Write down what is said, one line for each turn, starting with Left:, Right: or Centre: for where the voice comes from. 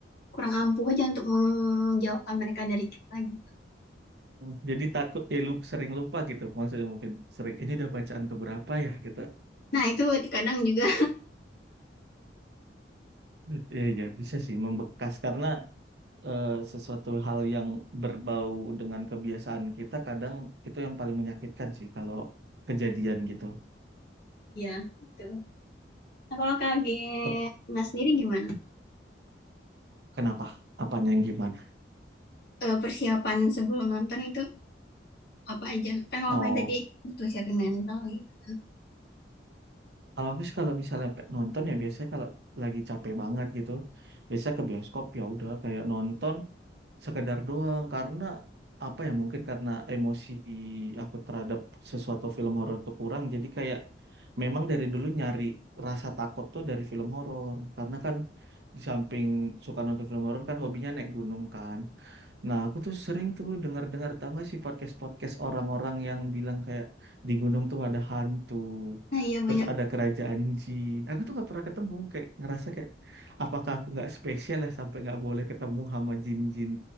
Left: kurang ampuh aja untuk menjauhkan mereka dari kita gitu
Right: Hmm. Jadi takut eh lu- sering lupa gitu. Maksudnya mungkin sering ini udah bacaan keberapa ya gitu.
Left: nah itu kadang juga
Right: Ya, ya bisa sih membekas karena eh, sesuatu hal yang berbau dengan kebiasaan kita kadang itu yang paling menyakitkan sih kalau kejadian gitu.
Left: <laughs> iya gitu nah kalau kaget
Right: Tep-
Left: nah sendiri gimana
Right: Kenapa? Apanya yang gimana?
Left: Eh, persiapan sebelum nonton itu apa aja kan kalau
Right: Oh.
Left: Fani tadi butuh siapin mental gitu kan
Right: Kalau habis kalau misalnya pe- nonton ya biasanya kalau lagi capek banget gitu, biasanya ke bioskop ya udah kayak nonton sekedar doang karena apa ya mungkin karena emosi aku terhadap sesuatu film horor tuh kurang jadi kayak memang dari dulu nyari rasa takut tuh dari film horor karena kan di samping suka nonton film horor kan hobinya naik gunung kan. Nah, aku tuh sering tuh dengar-dengar tau gak sih podcast-podcast orang-orang yang bilang kayak di gunung tuh ada hantu,
Left: nah iya
Right: terus
Left: banyak
Right: ada kerajaan jin. Aku tuh nggak pernah ketemu, kayak ngerasa kayak apakah aku nggak spesial ya sampai nggak boleh ketemu sama jin-jin